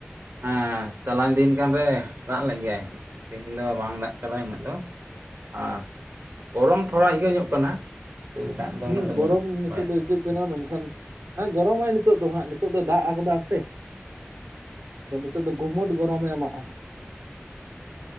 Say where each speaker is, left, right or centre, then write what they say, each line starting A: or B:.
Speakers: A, on the right; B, on the right.
A: ᱦᱮᱸ ᱪᱟᱞᱟᱣᱮᱱ ᱫᱤᱱ ᱠᱟᱱ ᱨᱮ ᱫᱟᱜ ᱞᱮᱜ ᱜᱮᱭᱟᱭ ᱛᱮᱤᱦᱮᱧ ᱫᱚ ᱵᱟᱝ ᱫᱟᱜ ᱠᱟᱫᱟ ᱩᱱᱟᱹᱜ ᱫᱚ ᱟ ᱜᱚᱨᱚᱢ ᱛᱷᱚᱲᱟ ᱤᱭᱟᱹᱟᱹ ᱧᱚᱜ ᱠᱟᱱᱟ ᱠᱤᱱᱛᱩ ᱫᱟᱜ ᱫᱚ
B: ᱦᱩᱸ
A: ᱩᱱᱟᱹᱜ ᱫᱚ
B: ᱜᱚᱨᱚᱢ
A: ᱵᱟᱹᱱᱩᱜ
B: ᱱᱤᱛᱚᱜ
A: ᱵᱟᱭ
B: ᱫᱚ ᱟᱹᱭᱠᱟᱹᱜ ᱠᱟᱱᱟ ᱢᱮᱱᱠᱷᱟᱱ ᱦᱮᱸ ᱜᱚᱨᱚᱢᱟᱭ ᱱᱤ ᱛᱚᱜ ᱫᱚ ᱦᱟᱸᱜ ᱱᱤᱛᱳᱜ ᱫᱚ ᱫᱟᱜ ᱟᱠᱟᱫᱟ ᱥᱮ ᱟᱫᱚ ᱱᱤᱛᱚᱜ ᱫᱚ ᱜᱩᱢᱩᱴ ᱜᱚᱨᱚᱢᱮ ᱮᱢᱟᱜᱼᱟ